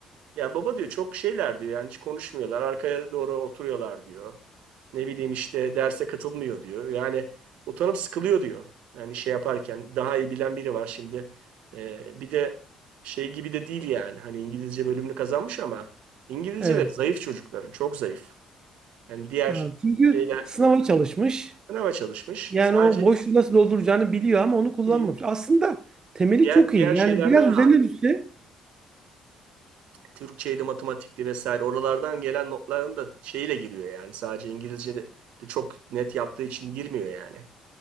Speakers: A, on the right; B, on the right.
A: Ya baba diyor çok şeyler diyor. Yani hiç konuşmuyorlar. Arkaya doğru oturuyorlar diyor. Ne bileyim işte derse katılmıyor diyor. Yani utanıp sıkılıyor diyor. Yani şey yaparken daha iyi bilen biri var şimdi. Ee, bir de şey gibi de değil yani. Hani İngilizce bölümünü kazanmış ama İngilizceleri
B: evet.
A: zayıf çocukların. Çok zayıf. Yani diğer
B: Ha, Çünkü
A: şeyler
B: sınava çalışmış.
A: sınava çalışmış.
B: Yani
A: Sadece
B: o boşluğu nasıl dolduracağını biliyor ama onu kullanmamış.
A: İyi.
B: Aslında temeli
A: Diğer
B: çok iyi.
A: diğer
B: Yani
A: şeylerden
B: biraz
A: ağırlık.
B: üzerine düşse
A: Türkçeydi, matematikti vesaire. Oralardan gelen notların da şeyle giriyor yani. Sadece İngilizce de, de çok net yaptığı için girmiyor yani.